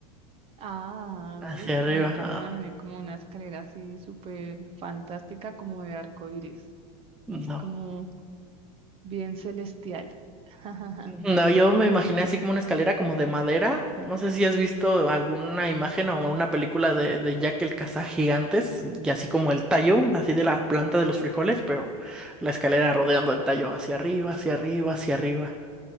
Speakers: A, on the right; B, in the centre.
A: Ah,
B: hacia
A: uy,
B: arriba.
A: no, yo
B: ah,
A: me imaginé como una escalera así súper fantástica, como de arco iris,
B: no.
A: así como bien celestial. <laughs>
B: No, yo me imaginé así como una escalera como de madera. No sé si has visto alguna imagen o una película de, de Jack el Cazagigantes y así como el tallo, así de la planta de los frijoles, pero la escalera rodeando el tallo hacia arriba, hacia arriba, hacia arriba.